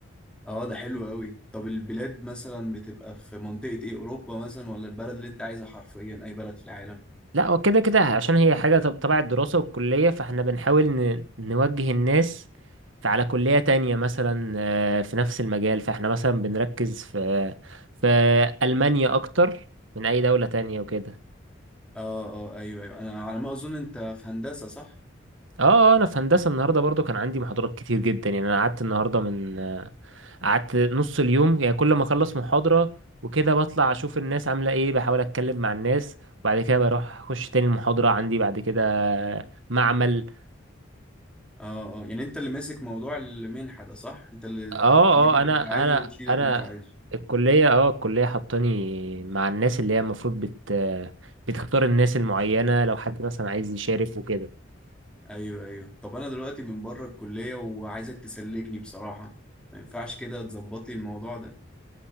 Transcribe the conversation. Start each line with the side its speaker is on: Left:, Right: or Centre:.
Centre: اه ده حلو قوي طب البلاد مثلا بتبقى في منطقة ايه اوروبا مثلا ولا البلد اللي انت عايزها حرفيا اي بلد في العالم
Right: لا هو كده كده عشان هي حاجة طب- تبع الدراسة والكلية فاحنا بنحاول ن- نوجه الناس في- على كلية تانية مثلا آه، في نفس المجال فاحنا مثلا بنركز في في ألمانيا أكتر من أي دولة تانية وكده
Centre: اه اه ايوه ايوه انا على ما اظن انت في هندسة صح
Right: اه آه، أنا في هندسة النهاردة برضو كان عندي محاضرات كتير جدا يعني أنا قعدت النهاردة من آه، قعدت نص اليوم يعني كل ما أخلص محاضرة وكده بطلع أشوف الناس عاملة إيه بحاول أتكلم مع الناس وبعد كده بروح أخش تاني المحاضرة عندي بعد كده آه، معمل
Centre: اه اه يعني انت اللي ماسك موضوع المنحة ده صح انت اللي
Right: اه
Centre: تجيب اللي
Right: اه انا
Centre: انت عايزه
Right: انا
Centre: وتشيل
Right: انا
Centre: اللي انت عايزه
Right: الكليه اه الكليه حطاني مع الناس اللي هي المفروض بت بتختار الناس المعينه لو حد مثلا عايز يشارك وكده
Centre: ايوه ايوه طب انا دلوقتي من بره الكلية وعايزك تسلكني بصراحة ما ينفعش كده تظبط لي الموضوع ده